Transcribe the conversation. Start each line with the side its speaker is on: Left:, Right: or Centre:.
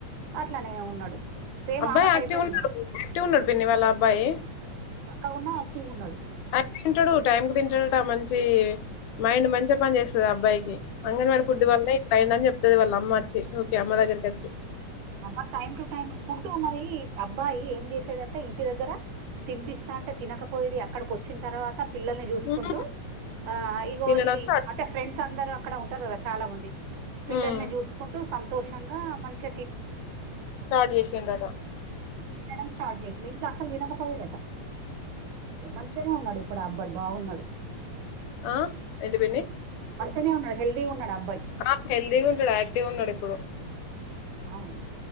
Right: అట్లానే ఉన్నాడు సేమ్
Left: అబ్బాయి
Right: ఆమె
Left: యాక్టివ్
Right: టైపే ఉన్నాడు
Left: యాక్టివ్ ఉన్నాడు పిన్ని వాళ్ళ అబ్బాయి
Right: బక్కగా ఉన్నా యాక్టివ్ ఉన్నాడు
Left: అట్టి ఉంటాడు టైం కు తింటాడట మంచి మైండ్ మంచిగా పని చేస్తుంది అబ్బాయికి అంగన్వాడీ ఫుడ్ వాళ్ల్నే ఇట్లయిండు అని చెప్తుది వాళ్ళ అమ్మ వచ్చి కే అమ్మ దగ్గరికి వచ్చి
Right: అమ్మ టైమ్ టు టైమ్ ఫుడ్ మరి అబ్బాయి ఏం చేసేదింటే ఇంటి దగ్గర తినిపిస్తా అంటే తినకపోయేది అక్కడికి వచ్చిన తర్వాత పిల్లల్ని చూసుకుంటూ
Left: హ్మ్
Right: ఆ ఇగో
Left: తినడం
Right: ఈ
Left: స్టార్ట్
Right: అంటే ఫ్రెండ్స్ అందరూ అక్కడ ఉంటారు కదా చాలా మంది పిల్లల్ని
Left: హ్మ్
Right: చూసుకుంటూ సంతోషంగా మంచి
Left: స్టార్ట్ చేశిడ్లు అట
Right: తినడం స్టార్ట్ చేసింది ఇంట్లో అసలు తినకపోయేదాట మంచిగానే ఉన్నాడు ఇప్పుడు అబ్బాయి బాగున్నాడు
Left: ఆ ఏంటి పిన్ని
Right: మంచిగానే ఉన్నాడు హెల్దీగా ఉన్నాడు అబ్బాయి
Left: ఆ హెల్దీగా ఉంటాడు యాక్టివ్ గా ఉన్నాడు ఇప్పుడు
Right: అవును